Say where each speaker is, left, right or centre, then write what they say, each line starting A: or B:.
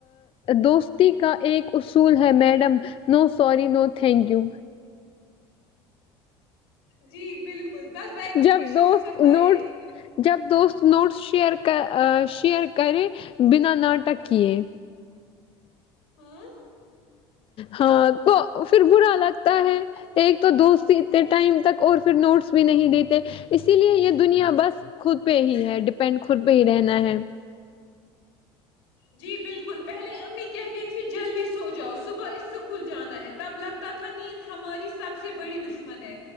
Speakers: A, on the left (about 40°); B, on the left (about 85°).
A: دوستی کا ایک اصول ہے madam no sorry no thank you
B: جی بالکل بس بییک گراؤنڈ
A: جب
B: میں شور
A: دوست
B: مطلب
A: نوٹ
B: یہ
A: جب دوست نوٹس شیئر شیئر کرے بنا ناٹکے
B: <unintelligible>
A: ہاں تو پھر برا لگتا ہے ایک تو دوست سیتے ٹائم تک اور پھر نوٹس بھی نہیں دیتے اسی لیے یہ دنیا بس خود پہ ہی ہے ڈیپینڈ خود پہ ہی رہنا ہے
B: جی بالکل پہلے امی کہتی تھی جلدی سے سو جاؤ صبح اسکول جانا ہے تب لگتا تھا نیند ہماری سب سے بڑی دشمن ہے